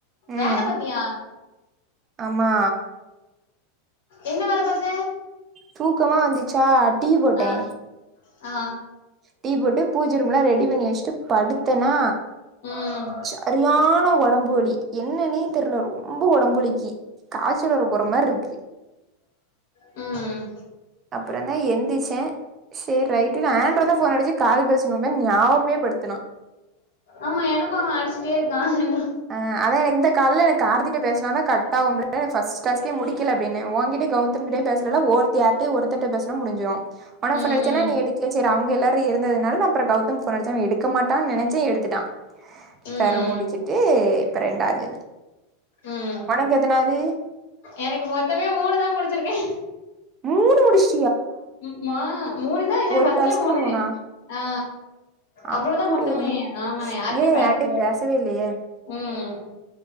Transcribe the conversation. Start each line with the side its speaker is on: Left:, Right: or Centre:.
Right: ம்
Left: வேல பத்தியா
Right: ஆமா
Left: என்ன வேல பாத்த
Right: தூக்கமா வந்துச்சா டீ போட்டே
Left: ஆ ஆ
Right: டீ போட்டு பூஜ ரூம்லா ரெடி பண்ணி வெச்ட்டு படுத்தனா
Left: ம்
Right: ச சரியான ஒடம்பு வலி என்னன்னே தெர்ல ரொம்ப ஒடம்புவலிக்கு காய்ச்சல் வர போற மார்ருக்கு
Left: ம்
Right: அப்றந்தா எந்திச்சே சேர் ரைட்டு நா ஆண்டோதா ஃபோன் அடிச்சே கால் பேசுணோமேன் ஞாபமே படுத்துனா
Left: ஆமா எனக்கு அவ அடிச்சிட்டே இருக்கா என்று
Right: அ அதா இந்த கால்ல எனக் கார்த்திகிட்ட பேசுனாதா கட்டாவும்ல <unintelligible> ஃபஸ் டாஸ்கே முடிக்குல அப்டின்னே ஓங் கிட்ட கெளதம் கிட்டயு பேசுலல்ல ஒருத்த யார்ட்டயோ ஒருத்தட்ட பேசுனா முடிஞ்சுறு ஒனக்
Left: ம்
Right: ஃபோன் அடிச்சனா
Left: ம்
Right: நீ எடுக்ல சேர் அவ்ங்க எல்லாரு இருந்ததுனால நா அப்றோ கௌதம் ஃபோன் அடிச்ச அவ எடுக்கமாட்டா நெனைச்ச எடுத்துட்டா <unintelligible>
Left: ம்
Right: முடிச்சுட்டு இப்பற ண்டாது
Left: ம்
Right: ஒனக்கு எத்தனாது
Left: எனக்கு மொத்தமே மூணு தா முடிச்சுருக்கே
Right: மூணு முடிச்
Left: ம் மா மூணுனா என்ன
Right: ஒரு
Left: பத்துல
Right: டாஸ்க்ல
Left: மூணு
Right: மூணா
Left: ஆ அவ்ளோதா
Right: அப்படியா
Left: மொத்தமே ஆமா நா யார்ட்டயு
Right: நீதா
Left: பேசவேல்ல
Right: பேசவே இல்லையே
Left: ம்